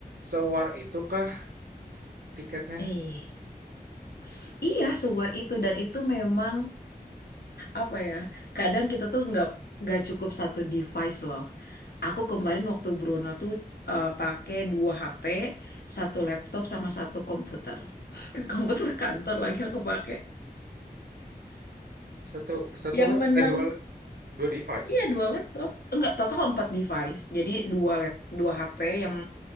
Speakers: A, on the right; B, on the left.
A: sewar itu kah tiketnya?
B: Eh, s- iya sewar itu dan itu memang apa ya? Kadang kita tuh nggak nggak cukup satu device loh. Aku kemarin waktu Bruno tuh eh, pakai dua HP, satu laptop sama satu komputer. <laughs> Komputer kantor lagi aku pakai.
A: Satu satu
B: Yang
A: lap
B: menang
A: eh dua dua device.
B: Iya dua laptop, enggak total empat device. Jadi dua lap, dua HP yang